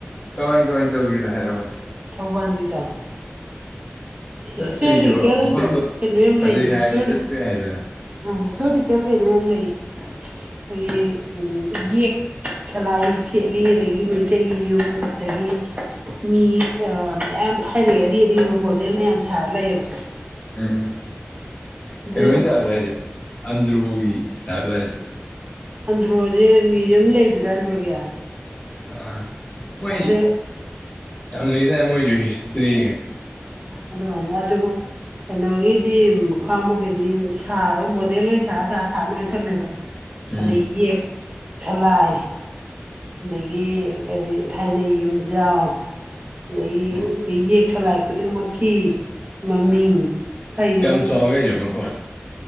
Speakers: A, on the left (about 35°); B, on the right (about 30°).
A: ꯀꯃꯥꯏ ꯀꯃꯥꯏ ꯇꯧꯒꯦꯗ ꯍꯥꯏꯔꯛꯔꯕꯅꯦ
B: ꯁꯧꯕꯥꯟꯖꯤꯗ ꯍꯤꯁꯇꯣꯔꯤꯀꯦꯜ
A: ꯆꯠꯇ꯭ꯔꯤꯕ ꯃꯐꯝꯗꯣ
B: ꯀꯩꯅꯣ ꯌꯥꯝ
A: ꯐꯖꯩ
B: ꯂꯩ ꯍꯇꯔꯤ
A: ꯍꯥꯏꯔꯗꯤ ꯆꯠꯄ ꯌꯥꯏꯗꯅ
B: ꯍꯤꯁꯇꯣꯔꯤꯀꯦꯜ ꯀꯩꯅꯣ ꯌꯥꯝ ꯂꯩ ꯑꯩꯈꯣꯏꯒꯤ ꯎ ꯌꯦ ꯁꯂꯥꯏ ꯊꯦꯠꯂꯤ ꯑꯗꯒꯤ ꯃꯩꯇꯩꯒꯤ ꯌꯨꯝ ꯑꯗꯒꯤ ꯃꯤ ꯃꯌꯥꯝ ꯊꯥꯏꯅꯗꯒꯤ ꯑꯔꯤ ꯑꯗꯤ ꯑꯣꯏꯕ ꯃꯣꯗꯦꯜ ꯃꯌꯥꯝ ꯁꯥꯔ ꯂꯩꯌꯦꯕ
A: ꯎꯝ
B: ꯑꯗꯨ
A: ꯀꯩꯅꯣ ꯇꯥꯔ ꯇꯖ ꯑꯗꯔ ꯍ ꯇꯥ ꯇꯖ
B: ꯑꯟꯗ꯭ꯔꯣꯁꯦ ꯃ꯭ꯌꯨꯗꯤꯌꯝ ꯂꯩꯕꯗꯨꯔꯥ ꯑꯟꯗ꯭ꯔꯣꯒꯤ
A: ꯑꯥ ꯃꯣꯏ
B: ꯑꯗꯨ
A: ꯌꯥꯝ ꯂꯩ ꯊ ꯃꯣꯏꯁꯨ ꯍꯤꯁꯇ꯭ꯔꯤ
B: ꯑꯗ ꯃꯥꯅ ꯑꯗꯨ ꯀꯩꯅꯣꯒꯤꯗꯤ ꯃꯈꯥꯕꯨꯈꯩꯗꯤ ꯁꯥꯔꯒ ꯃꯣꯗꯦꯜ ꯑꯣꯏꯅ ꯁꯥꯔꯒ ꯆꯥ ꯊꯥꯅ ꯑꯣꯏꯅ ꯊꯝꯃꯦꯕ
A: ꯎꯝ
B: ꯑꯗ ꯌꯦ ꯆꯂꯑ ꯑꯗꯒꯤ ꯀꯔꯤ ꯊꯥꯏꯅꯩ ꯌꯨꯝꯖꯥꯎ ꯑꯗꯒꯤ
A: ꯑꯣ
B: ꯁꯂꯥꯏ ꯈꯨꯗꯤꯡꯃꯛꯀꯤ ꯃꯃꯤꯡ ꯐꯩꯌꯦ
A: ꯀꯦꯝ ꯆꯣꯒꯦꯖꯦ ꯃ ꯐ